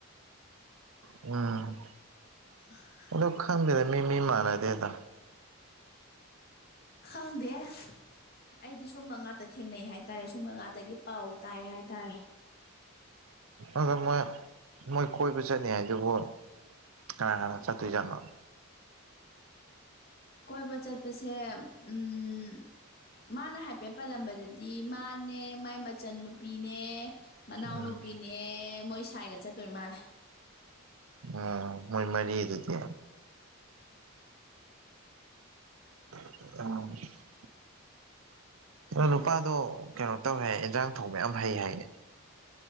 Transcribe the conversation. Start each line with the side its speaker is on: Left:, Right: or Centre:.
Right: ꯎꯝ
Left: <unintelligible>
Right: ꯗꯣ ꯈꯪꯗꯦꯗ ꯃꯤ ꯃꯤ ꯃꯥꯟꯅꯗꯦꯗ
Left: ꯈꯪꯗꯦ ꯑꯩꯗꯤ ꯁꯨꯝꯕ ꯉꯥꯛꯇ ꯊꯦꯡꯅꯩ ꯍꯥꯏꯇꯥꯔꯦ ꯁꯨꯝꯕ ꯉꯥꯛꯇꯒꯤ ꯄꯥꯎ ꯇꯥꯏ ꯍꯥꯏꯇꯥꯔꯦ
Right: ꯑꯣ ꯃꯣꯏ ꯃꯣꯏ ꯀꯣꯏꯕ ꯆꯠꯅꯤ ꯍꯥꯏꯗꯨꯕꯨ ꯀꯅꯥ ꯀꯅꯥ ꯆꯠꯇꯣꯏꯖꯥꯠꯅꯣ
Left: ꯀꯣꯏꯕ ꯆꯠꯄꯁꯦ ꯎꯝ ꯃꯥꯅ ꯍꯥꯏꯐꯦꯠ ꯄꯜꯂꯝꯕꯗꯗꯤ ꯃꯥꯅꯦ ꯃꯥꯏ ꯃꯆꯟꯅꯨꯄꯤꯅꯦ ꯃꯅꯥꯎꯅꯨꯄꯤꯅꯦ
Right: ꯎꯝ
Left: ꯃꯣꯏ ꯁꯥꯏꯒ ꯆꯠꯇꯣꯏ ꯃꯥꯜꯂꯦ
Right: ꯑ <unintelligible> ꯃꯣꯢ ꯃꯔꯤ ꯑꯗꯨꯗꯤ <unintelligible> ꯅꯨꯄꯥꯗꯣ ꯀꯩꯅꯣ ꯇꯧꯋꯦ ꯍꯥꯢ ꯏꯟꯖꯥꯡ ꯊꯣꯡꯕ ꯌꯥꯝ ꯍꯩ ꯍꯥꯏꯌꯦ